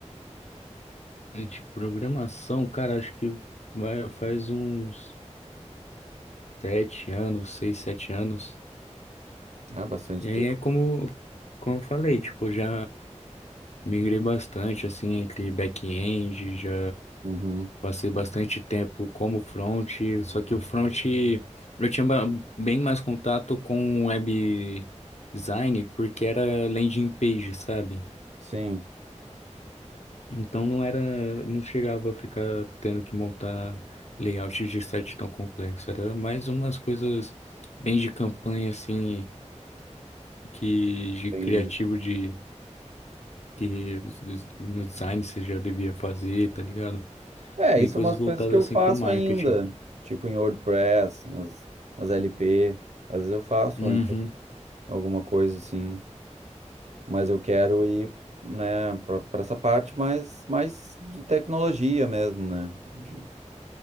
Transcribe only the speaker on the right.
Ah, bastante
tempo.
Uhum.
Sim.
Tem
É,
isso
é umas
coisas que eu
faço
ainda, tipo em WordPress, uns, as LP, às vezes eu faço
ainda alguma coisa assim, mas eu quero ir, né, para essa parte mais, mais de tecnologia mesmo, né, de